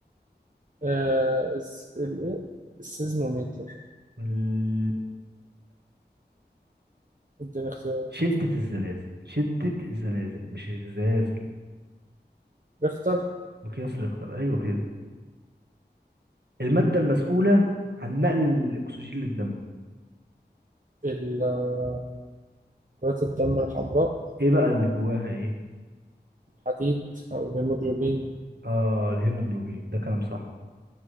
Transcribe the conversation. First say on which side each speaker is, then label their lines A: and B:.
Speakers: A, on the right (about 45°); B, on the right (about 70°).
A: آه الس- ال- إيه؟ السيزموميتر
B: ال-
A: ادينا اختيارات
B: شدة الزلازل شدة الزلازل مش الزلازل
A: ريختر
B: مقياس ريختر أيوة كده المادة المسؤولة عن نقل الأكسجين للدم
A: ال- آه، كرات الدم الحمراء
B: إيه بقى اللي جواها إيه؟
A: حديد أو الهيموجلوبين
B: آه الهيموجلوبين ده كلام صح